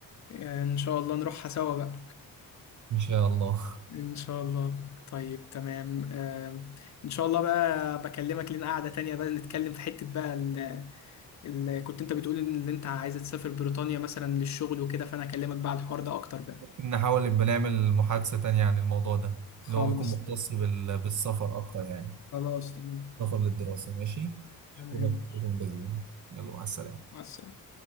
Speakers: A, on the left; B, on the right.
A: آه، إن شاء الله نروحها سوا بقى
B: ان شاء الله
A: إن شاء الله طيب تمام آم، إن شاء الله بقى بكلمك لنا قعدة تانية بقى نتكلم في حتة بقى ال... ال... كنت أنت بتقول إن اللي أنت عايز تسافر بريطانيا مثلا للشغل وكده فأنا أكلمك بقى على الحوار ده أكتر بقى
B: <laughs> نحاول نبقى نعمل محادثة تانية عن الموضوع ده اللي
A: خلاص
B: هو بيكون مختص بال... بالسفر اكتر يعني
A: خلاص تمام
B: سفر للدراسة ماشي شكرا
A: تمام
B: شكرا جزيلا يلا مع السلامة
A: مع السلامة